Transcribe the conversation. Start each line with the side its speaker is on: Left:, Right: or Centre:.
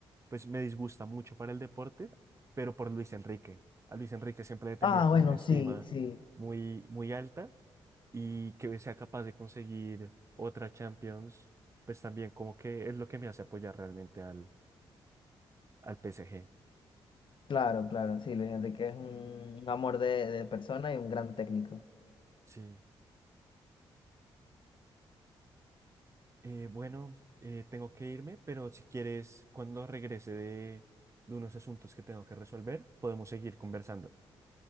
Right: pues me disgusta mucho para el deporte, pero por Luis Enrique. A Luis Enrique siempre le he tenido
Left: Ah,
Right: como
Left: bueno,
Right: una estima
Left: sí, sí.
Right: muy, muy alta y que sea capaz de conseguir otra Champions, pues también como que es lo que me hace apoyar realmente al, al PSG.
Left: Claro, claro, sí. Luis Enrique es un amor de, de persona y un gran técnico.
Right: Sí. Eh, bueno, eh, tengo que irme, pero si quieres, cuando regrese de, de unos asuntos que tengo que resolver, podemos seguir conversando.